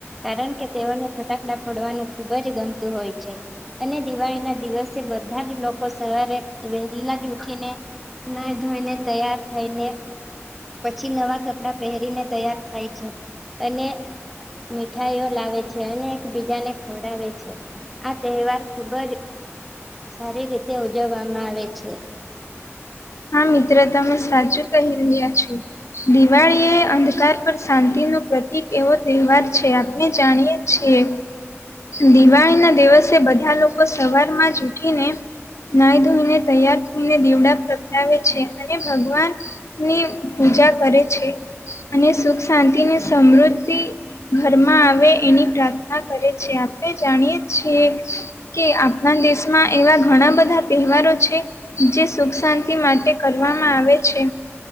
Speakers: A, in the centre; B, on the left.
A: કારણ કે તેઓને ફટાકડા ફડવાનું ખુબ જ ગમતું હોય છે અને દિવાળી ના દિવસે બધા જ લોકો સવારે વહેલા જ ઉઠીને ના ધોઈને તૈયાર થઈને પછી નવા કપડાં પહેરીને તૈયાર થાય છે અને મીઠાઈઓ લાવે છે અને એકબીજાને ખવડાવે છે આ તહેવાર ખુબ જ સારી રીતે ઉજવવામાં આવે છે
B: હા મિત્ર તમે સાચું કહી રહ્યા છો દિવાળી એ અંધકાર પર શાંતિ ન પ્રત એક એવો તહેવાર છે આપને જાણીએ છીએ દિવાળી ના દિવસે બધા લોકો સવારમાં જ ઉઠીને ના ધોઈને તૈયાર થઈને દ ડા પ્રગટાવે છે અને ભગવાન ની પૂજા કરે છે અને સુખ શાંતિ ને સમૃદ્ધિ ઘરમાં આવે એની પ્રાર્થના કરે છે આપણે જાણીએ છીએ કે આપણા દેશમાં એવા ઘણા બધા તહેવારો છે જે સુખ શાંતિ માટે કરવામાં આવે છે